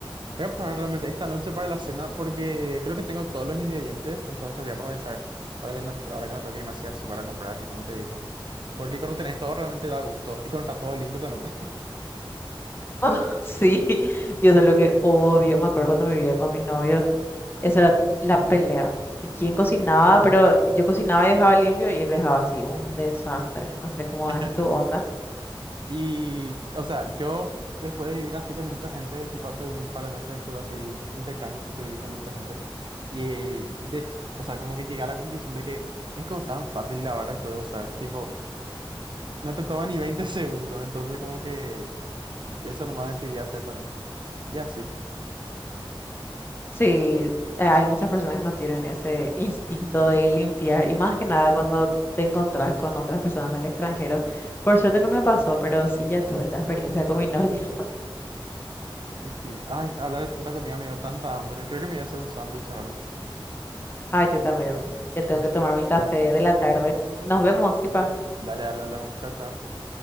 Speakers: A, on the right; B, on the left.
A: voy a probar realmente esta noche para la cena porque creo que tengo todos los ingredientes, entonces voy a aprovechar para que no, ahora que no tengo que irme así a súper a comprar, así como te dije. Porque cuando tenés todo realmente da gusto y cuando está todo limpio también.
B: Cuando- <laughs> sí, yo eso es lo que odio. Me acuerdo cuando me vivía con mi novio, esa era la pelea. Y quién cocinaba, pero yo cocinaba y dejaba limpio y él dejaba así, un desastre. No sé cómo
A: <laughs>
B: es tu onda.
A: Y, o sea, yo después de vivir así con mucha gente, tipo hace un par de meses estuve así de intercambio, entonces viví con mucha gente. Y, des- o sea, como que llegué a la conclusión de que es como tan fácil lavar después de usar. Tipo, no te toma ni 20 <laughs> segundos, entonces como que eso nomás decidí hacer también. Y así,
B: Sí, eh, hay muchas personas que no tienen ese <laughs> instinto de limpiar y más que nada cuando te encontrás con otras personas del extranjero. Por suerte no me pasó, pero sí ya tuve esta experiencia con mi novio. <laughs>
A: y sí. Ay, hablar de tanta comida me dio tanta hambre. Creo que me voy a hacer un sándwich ahora.
B: Ah, yo también. Ya tengo que tomar mi café de la tarde. Nos vemos, sí, pa.
A: Dale, dale, hablamos. Chao, chao.